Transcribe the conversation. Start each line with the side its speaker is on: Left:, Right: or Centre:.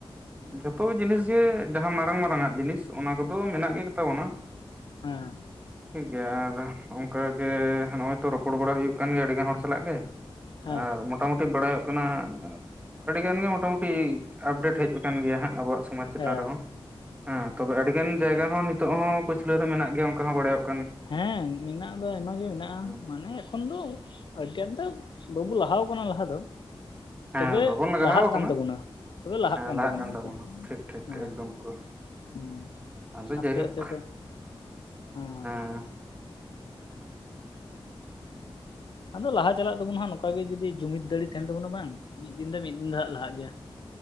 Right: ᱡᱷᱚᱛᱚ ᱡᱤᱱᱤᱥ ᱜᱮ ᱡᱟᱦᱟᱸ ᱢᱟᱨᱟᱝ ᱢᱟᱨᱟᱝ ᱟᱜ ᱡᱤᱱᱤᱥ ᱚᱱᱟ ᱠᱚᱫᱚ ᱢᱮᱱᱟᱜ ᱜᱮ ᱛᱟᱵᱚᱱᱟ᱾
Left: ᱦᱮᱸ
Right: ᱴᱷᱤᱠᱜᱮᱭᱟ ᱟᱨ ᱚᱱᱠᱟ ᱜᱮ ᱱᱚᱜᱚᱭ ᱛᱚ ᱨᱚᱯᱚᱲ ᱵᱟᱲᱟ ᱦᱩᱭᱩᱜ ᱠᱟᱱ ᱜᱮᱭᱟ ᱟᱹᱰᱤ ᱜᱟᱱ ᱦᱚᱲ ᱥᱟᱞᱟᱜ ᱜᱮ
Left: ᱦᱮᱸ
Right: ᱟᱨᱢᱚᱴ ᱢᱚᱴᱟᱢᱩᱴᱤ ᱵᱟᱲᱟᱭᱚᱜ ᱠᱟᱱᱟ ᱟᱹᱰᱤ ᱜᱟᱱ ᱢᱚᱴᱟᱢᱩᱴᱤ ᱟᱯᱰᱮᱴ ᱦᱮᱡ ᱠᱟᱱᱟ ᱜᱮᱭᱟ ᱦᱟᱸᱜ ᱟᱵᱚᱣᱟᱜ ᱥᱠᱼᱼᱼ ᱥᱚᱢᱟᱡ ᱪᱮᱛᱟᱱ
Left: ᱦᱮᱸ
Right: ᱨᱮᱦᱚᱸ ᱦᱮᱸ ᱛᱚᱵᱮ ᱟᱹᱰᱤ ᱜᱟᱱ ᱡᱟᱭᱜᱟ ᱦᱚᱸ ᱱᱤᱛᱚᱜ ᱦᱚᱸ ᱯᱟᱹᱪᱷᱞᱟᱹ ᱨᱮ ᱢᱮᱱᱟᱜ ᱜᱮᱭᱟ ᱚᱱᱠᱟ ᱦᱚᱸ ᱵᱟᱲᱟᱭᱚᱜᱼᱼ
Left: ᱦᱮᱸ ᱢᱮᱱᱟᱜ ᱫᱚ ᱟᱭᱢᱟ ᱜᱮ ᱢᱮᱱᱟᱜᱼᱟ
Right: ᱦᱮᱸ
Left: ᱢᱟᱱᱮ ᱮᱠᱷᱚᱱ ᱫᱚᱼᱼ ᱨᱚᱡᱜᱟᱨ ᱫᱚ ᱵᱟᱵᱩ ᱞᱟᱦᱟᱣ ᱟᱠᱟᱱᱟ ᱞᱟᱦᱟ ᱫᱚ
Right: ᱦᱮᱸ
Left: ᱛᱚᱵᱮ
Right: ᱵᱟᱵᱚᱱ ᱞᱟᱦᱟᱣ
Left: ᱞᱟᱦᱟᱜ
Right: ᱟᱠᱟᱱᱟ
Left: ᱠᱟᱱ ᱛᱟᱵᱚᱱᱟ᱾ ᱛᱚᱵᱮ ᱞᱟᱦᱟᱜ
Right: ᱦᱮᱸ
Left: ᱠᱟᱱ ᱛᱟᱵᱳᱱᱟ ᱟᱨᱠᱤ
Right: ᱛᱟᱵᱚᱱᱟ
Left: ᱦᱮᱸᱼᱼ
Right: ᱴᱷᱤᱠ ᱴᱷᱤᱠ ᱮᱠᱫᱚᱢ ᱯᱩᱨᱟᱹ
Left: ᱦᱮᱸ
Right: ᱟᱫᱚ
Left: ᱟᱥᱛᱮ
Right: ᱡᱟᱭᱦᱳᱠ
Left: ᱟᱥᱛᱮ ᱛᱮ ᱦᱚᱸᱼᱼ
Right: ᱟᱸ
Left: ᱟᱫᱚ ᱞᱟᱦᱟ ᱪᱟᱞᱟᱜ ᱛᱟᱵᱚ ᱱᱟ ᱦᱟᱸᱜ ᱱᱚᱝᱠᱟ ᱜᱮ ᱡᱩᱫᱤ ᱡᱩᱢᱤᱫ ᱫᱟᱲᱮ ᱛᱟᱦᱮᱱ ᱛᱟᱵᱚᱱᱟ ᱵᱟᱝ ᱢᱤᱫ ᱫᱤᱱ ᱫᱚ ᱢᱤᱫ ᱫᱤᱱ ᱫᱚ ᱦᱟᱸᱜ ᱞᱟᱦᱟᱜ ᱜᱮᱭᱟᱼᱼ